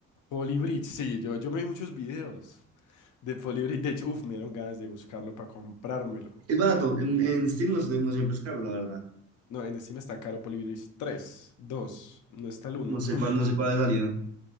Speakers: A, on the left; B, on the right.
A: Polybridge, sí, yo, yo me vi muchos videos de Polybridge. De hecho, uf, me dieron ganas de buscarlo para comprármelo.
B: Es barato, en, en Steam no, es- no siempre es caro, la verdad.
A: No, en Steam está caro Polybridge tres dos no está el uno
B: No sé cuál, no sé cuál ha salido.